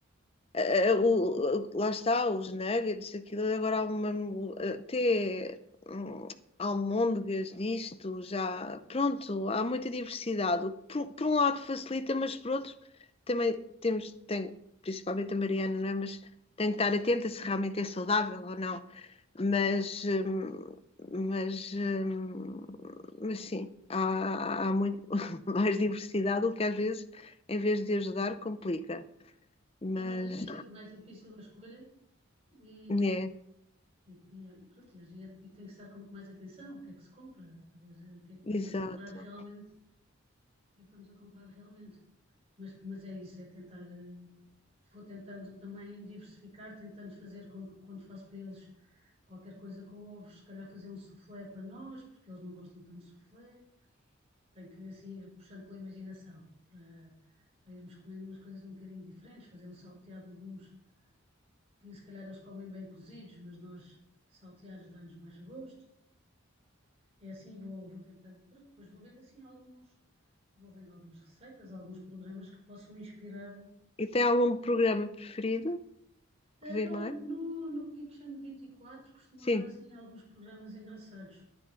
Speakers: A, on the left; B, on the right.
A: eh, eh, o- lá está, os nuggets, aquilo é agora há uma, até hum, almôndegas disto, já, pronto, há muita diversidade. O que Por, por um lado facilita, mas por outro também temos, tem, principalmente a Mariana, não é? Mas tem que estar atenta se realmente é saudável ou não. Mas, hum, mas, hum, mas sim, há, há muito <laughs> mais diversidade, o que às vezes, em vez de ajudar, complica. Mas,
B: É mais difícil, mais difícil a escolha, e
A: né,
B: E, e, pronto, e, a gente- e tem que estar com mais atenção o que é que se compra, para ver o que é que estamos
A: Exato.
B: a comprar realmente, o que é que estamos a comprar realmente. Mas, mas é isso, é tentar, eh, vou tentando também diversificar, tentando fazer com que quando faço para eles qualquer coisa com ovos, se calhar fazer um soufflé para nós, porque eles não gostam tanto de soufflé, tem que assim ir puxando pela imaginação, para, para irmos comendo umas coisas um bocadinho diferentes, fazer um salteado de legumes que se calhar eles comem bem cozidos, mas nós salteados dá-nos mais gosto É assim, vou, vou tentando, pronto, depois vou vendo assim alguns, vou vendo algumas receitas, alguns programas que possam inspirar.
A: E tem algum programa preferido
B: Ah,
A: que vê mais?
B: No, no Kitchen 24 costuma
A: Sim,
B: dar assim alguns programas engraçados.